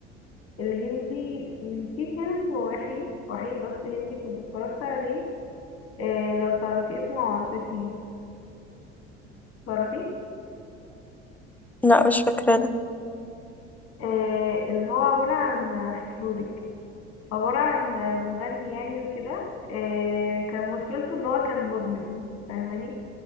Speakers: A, on the left; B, in the centre.
A: الهندي مم، في فيلم وحيد وحيد بس هندي كنت اتفرجت عليه آه لو تعرفي اسمه عاشقي تعرفي
B: لا مش فاكرة ده
A: آه اللي هو عبارة عن هحكيهولك عبارة عن مغني يعني وكده آه، كان مشكلته ان هو كان مدمن فاهماني